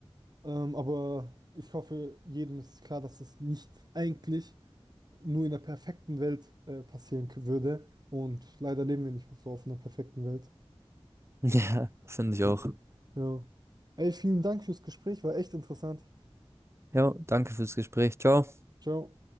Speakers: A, on the right (about 40°); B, on the right (about 25°).
A: Ähm, aber ich hoffe, jedem ist klar, dass es nicht eigentlich nur in der perfekten Welt äh, passieren k- würde. Und leider leben wir nicht so auf einer perfekten Welt.
B: Ja. Finde ich auch.
A: Ja. Ey, vielen Dank fürs Gespräch, war echt interessant.
B: Ja, danke fürs Gespräch. Ciao.
A: Ciao.